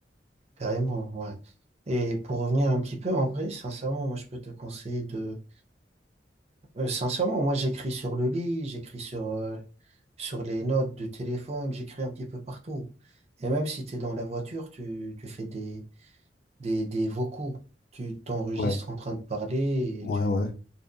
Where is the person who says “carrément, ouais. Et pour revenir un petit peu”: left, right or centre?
Right